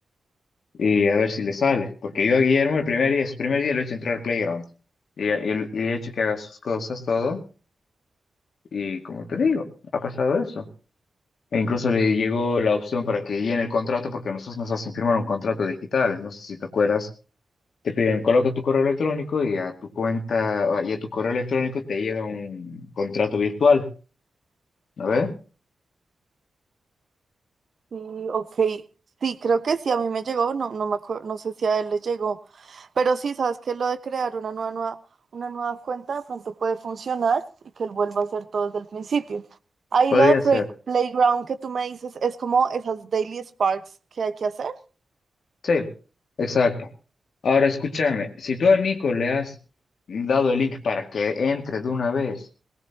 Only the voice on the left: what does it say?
y a ver si le sale. Porque yo a Guillermo el primer día, su primer día lo he hecho entrar a Playground y, y- y he hecho que haga sus cosas, todo. Y como te digo, ha pasado eso. E incluso le llegó la opción para que llene el contrato porque nosotros nos hacen firmar un contrato digital. No sé si te acuerdas Te piden, coloca tu correo electrónico y a tu cuenta, y a tu correo electrónico te llega un contrato virtual, ¿no ves?
Podría
ser.
Sí, exacto. Ahora escúchame, si tú a Nico le has dado el link para que entre de una vez